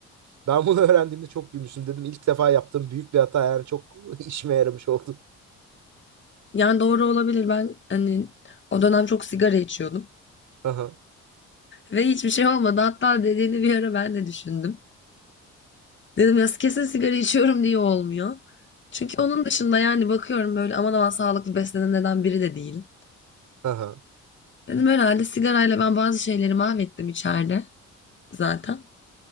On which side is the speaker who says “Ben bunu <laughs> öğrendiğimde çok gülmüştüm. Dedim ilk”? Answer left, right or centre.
Right